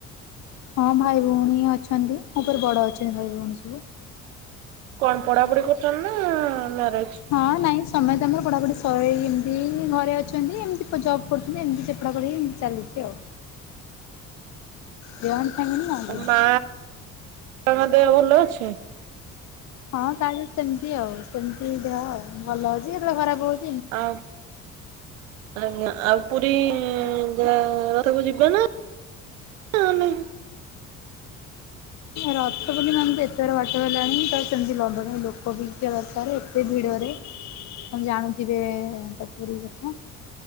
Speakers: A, on the left (about 45°); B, on the right (about 80°).
A: ହଁ ଭାଇ ଭଉଣୀ ଅଛନ୍ତି। ମୋ ଉପରେ ବଡ଼ ଅଛନ୍ତି ଭାଇ ଭଉଣୀ ସବୁ।
B: କଣ ପଢ଼ାପଢ଼ି କରୁଛନ୍ତି ନା ମ୍ୟରେଜ?
A: ହଁ ନାଇଁ ସମେତେ ଆମର ପଢ଼ାପଢ଼ି ସ ଏମିତି ଘରେ ଅଛନ୍ତି, ଏମିତି ଜବ୍ କରୁଛନ୍ତି ଏମିତି ସେ ପଢ଼ାପଢ଼ି ଚାଲିଛି ଆଉ। ଜଏଣ୍ଟ ଫ୍ୟାମିଲୀ ନା କି?
B: ମା କାକାଙ୍କ ଦେହ ଭଲ ଅଛି?
A: ହଁ ତାହେଲେ ସେମିତି ଆଉ ସେମିତି ଦେହ ଭଲ ଅଛି କେତେବେଳେ ଖରାପ ହଉଛି।
B: ଆଉ ଆଜ୍ଞା ଆଉ ପୁରୀ ଯ ରଥକୁ ଯିବେ ନା? <unintelligible> <inaudible>
A: ରଥକୁ <unintelligible> ଏତେଗୁରା ବାଟ ହେଲାଣି ତ ସେମିତି ନବା ପାଇଁ ଲୋକ ବି ଥିବା ଦରକାର ଏତେ ଭିଡ଼ରେ। ଆପଣ ଜାଣୁଥିବେ ତ ପୁରୀ କଥା।